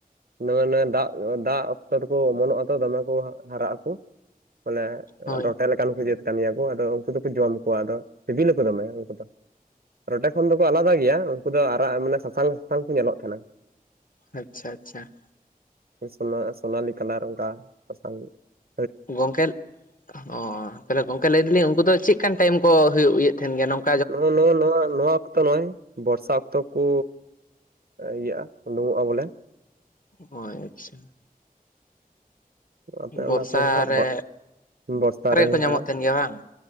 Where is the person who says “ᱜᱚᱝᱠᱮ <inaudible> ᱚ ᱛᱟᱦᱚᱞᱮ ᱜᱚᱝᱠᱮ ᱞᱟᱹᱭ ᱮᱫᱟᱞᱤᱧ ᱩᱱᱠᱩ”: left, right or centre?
Left